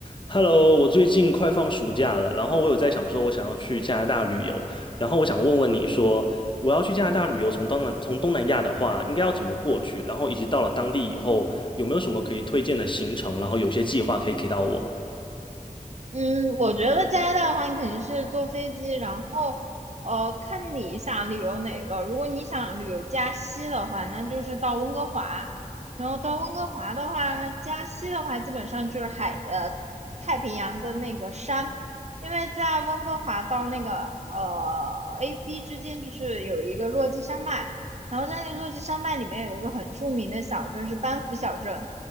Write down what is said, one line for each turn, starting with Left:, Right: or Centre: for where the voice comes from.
Left: Hello，我最近快放暑假了，然后我有在想说，我想要去加拿大旅游，然后我想问问你说，我要去加拿大旅游，从东南从东南亚的话，应该要怎么过去？然后以及到了当地以后，有没有什么可以推荐的行程？然后有些计划可以给到我，
Right: 嗯，我觉得加拿大的话，你肯定是坐飞机，然后呃，看你想旅游哪个。如果你想旅游加西的话，那就是到温哥华，然后到温哥华的话，那加西的话基本上就是海呃太平洋跟那个山，因为在温哥华到那个呃 AB 之间就是有一个落基山脉，然后在那个落基山脉里面有一个很著名的小镇是班夫小镇。